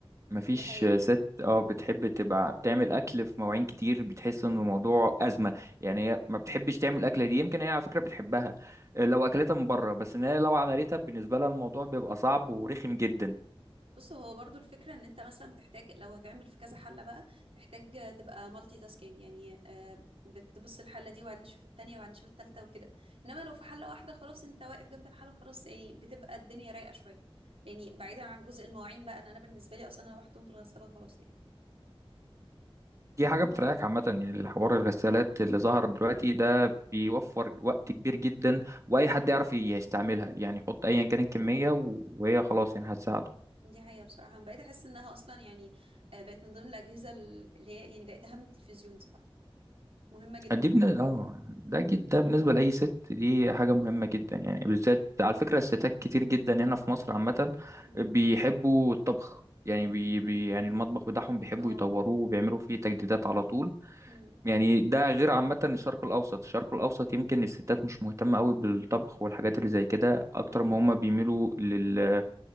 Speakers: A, on the right; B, on the right.
A: مفيش
B: دي حقيقه
A: ست اه بتحب تبقى بتعمل اكل في مواعين كتير بتحس ان الموضوع ازمه يعني هي ما بتحبش تعمل اكله دي يمكن هي على فكره بتحبها لو اكلتها من بره بس ان هي لو عملتها بالنسبه لها الموضوع بيبقى صعب ورخم جدا
B: بص هو برضو الفكرة ان انت مثلا بتحتاج لو هتعمل في كذا حلة بقى محتاج تبقى مالتي تاسكينج يعني آه، بتبص الحلة دي وبعدين تشوف التانية وبعدين تشوف التالتة وكده انما لو في حلة واحدة خلاص انت واقف جنب الحلة خلاص يعني بتبقى الدنيا رايقة شوية يعني بعيدا عن جزء المواعين بقى انا انا بالنسبة لي اصلا انا بحطهم في الغسالة وخلاص يعني
A: دي حاجة بتريحك عامة يعني الحوار الغسالات اللي ظهر دلوقتي ده بيوفر وقت كبير جدا وأي حد يعرف يستعملها يعني يحط أيا كان الكمية و- وهي خلاص يعني هتساعده
B: دي حقيقة بصراحة أنا بقيت احس انها اصلا يعني آه، بقت من ضمن الأجهزة اللي هي يعني بقت اهم من التلفزيون بصراحة مهمة جدا
A: دي
B: بجد
A: بن... اه ده جد ده بالنسبة لأي ست دي حاجة مهمة جدا يعني بالذات على فكرة الستات كتير جدا هنا في مصر عامة
B: مم.
A: بيحبوا الطبخ يعني بي... بي... يعني المطبخ بتاعهم بيحبوا
B: اه
A: يطوروه وبيعملوا فيه تجديدات على طول
B: مم.
A: يعني ده غير عامة الشرق الأوسط الشرق الأوسط يمكن الستات مش مهتمة قوي بالطبخ والحاجات اللي زي كده أكتر
B: مم.
A: ما هما بيميلوا لل...